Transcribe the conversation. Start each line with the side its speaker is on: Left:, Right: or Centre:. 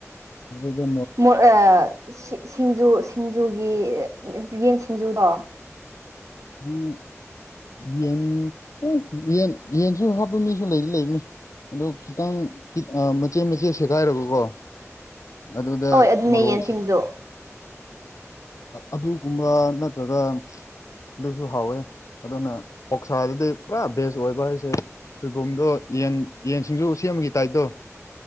Left: ꯑꯗꯨꯗꯣ
Right: <unintelligible> ꯁꯤꯡꯖꯨ ꯁꯤꯡꯖꯨꯒꯤ ꯌꯦꯟ ꯁꯤꯡꯖꯨꯗꯣ
Left: ꯎꯝ ꯌꯦꯟ ꯎ ꯌꯦꯟ ꯌꯦꯟꯁꯨ ꯍꯥꯞꯄ ꯃꯤꯁꯨ ꯂꯩꯗꯤ ꯂꯩꯅꯤ ꯑꯗꯣ ꯈꯤꯇꯪ ꯃꯆꯦꯠ ꯃꯆꯦꯠ ꯁꯦꯒꯥꯏꯔꯒꯀꯣ ꯑꯗꯨꯗ
Right: ꯍꯣꯏ ꯑꯗꯨꯅꯦ
Left: ꯃꯣꯔꯣꯛ
Right: ꯌꯦꯟꯁꯤꯡꯖꯨ
Left: ꯑꯗꯨꯒꯨꯝꯕ ꯅꯠꯇ꯭ꯔꯒ ꯑꯗꯨꯁꯨ ꯍꯥꯎꯋꯦ ꯑꯗꯨꯅ ꯑꯣꯛꯁꯥꯗꯗꯤ ꯄꯨꯔꯥ ꯕꯦꯁ ꯑꯣꯏꯕ ꯍꯥꯏꯁꯦ ꯁꯣꯏꯕꯨꯝꯗꯣ ꯌꯦꯟ ꯌꯦꯟꯁꯤꯡꯖꯨ ꯁꯦꯝꯕꯒꯤ ꯇꯥꯏꯞꯇꯣ